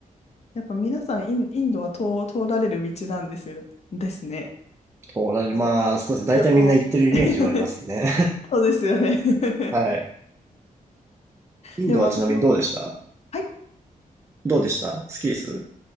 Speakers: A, on the left; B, on the right.
A: やっぱ皆さんイン、インドは通、通られる道なんですよ、ですね。
B: おられ、
A: こ
B: まあ、そうですね。大体みんな行ってるイメージはありますね。
A: う旅行。<laughs> そうですよね。<laughs>
B: <laughs> はい。インドはちなみにどうでした
A: でも私も、はい、
B: どうでした好きです